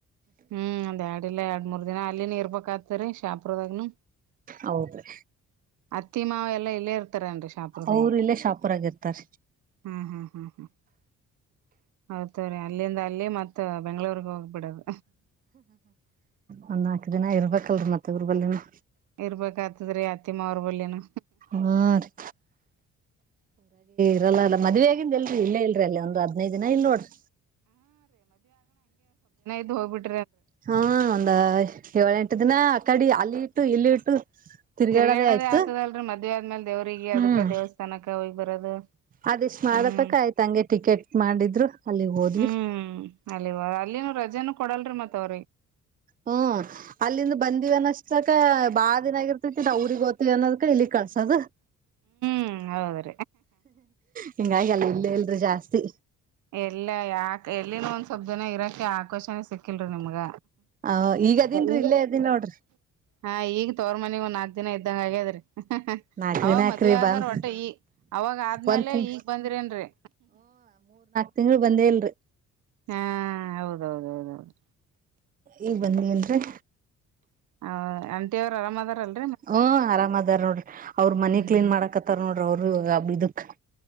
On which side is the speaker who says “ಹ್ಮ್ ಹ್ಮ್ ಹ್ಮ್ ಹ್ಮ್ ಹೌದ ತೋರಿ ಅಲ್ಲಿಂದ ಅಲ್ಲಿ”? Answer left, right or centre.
Right